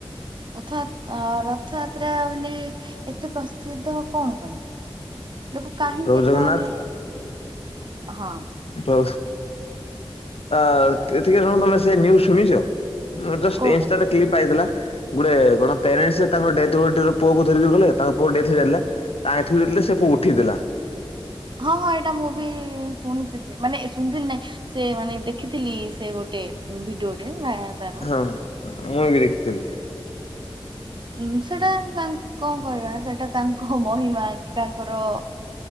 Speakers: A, on the right; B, on the left.
A: ରଥ ଯା ରଥଯାତ୍ରା ମାନେ ଏତେ ପ୍ରସିଦ୍ଧ କଣ ପାଇଁ? ଲୋକ କାହିଁକି
B: ପ୍ରଭୁ
A: ଏତେ
B: ଜଗନ୍ନାଥ
A: ମାନେ ହଁ।
B: ହଁ ଆ ଏତିକ ଜଣ ତମେ ସେ ନ୍ୟୁଜ ଶୁଣିଛ? ଜଷ୍ଟ୍
A: କୋଉଟା
B: ଇନଷ୍ଟାରେ କ୍ଲିପ୍ ଆଇଥିଲା। ଗୋଟେ କଣ ପ୍ୟାରେଣ୍ଟସ୍ ତାଙ୍କ ଡେଥ ପୁଅକୁ ଧରିକରି ଗଲେ ତାଙ୍କ ପୁଅ ଡେଥ୍ ହେଇଯାଇଥିଲା। ତା ଠୁ ଯେତେବେଳେ ସେବୁ ଉଠେଇଦେଲା।
A: ହଁ ହଁ ଏଇଟା ମୁଁ ବି ଶୁଣିଥିଲି ମାନେ ଶୁଣିଥିଲି ନାଇଁ ସେ ମାନେ ଦେଖିଥିଲି ସେ ଗୋଟେ ଭିଡ଼ିଓ ଟେ ଭାଇରାଲ ତାର।
B: ହଁ ମୁଁ ବି ଦେଖିଥିଲି।
A: ଉଁ ସେଟା ତା କଣ କହିବା ସେଟା ତାଙ୍କ ମହିମା କି ତାଙ୍କର